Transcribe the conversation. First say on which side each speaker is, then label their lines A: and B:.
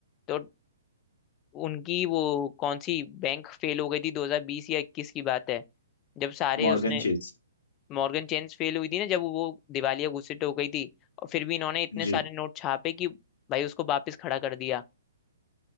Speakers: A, on the left; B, on the left.
A: तो उनकी वो कौन सी बैंक फेल हो गई थी 2020 या 21 की बात है जब सारे
B: Morgan
A: उसने
B: Chase
A: मॉर्गन चेन्स फेल हुई थी ना जब वो दिवालिया घोषित हो गई थी और फिर भी इन्होंने इतने
B: जी
A: सारे नोट छापे कि भाई उसको वापस खड़ा कर दिया